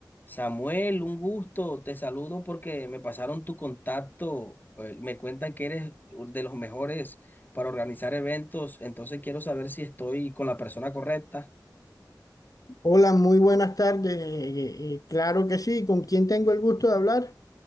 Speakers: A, on the left; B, on the left.
A: Samuel, un gusto, te saludo porque me pasaron tu contacto, eh, me cuentan que eres de los mejores para organizar eventos, entonces quiero saber si estoy con la persona correcta,
B: Hola, muy buenas tardes. Eh, eh, claro que sí. ¿Con quién tengo el gusto de hablar?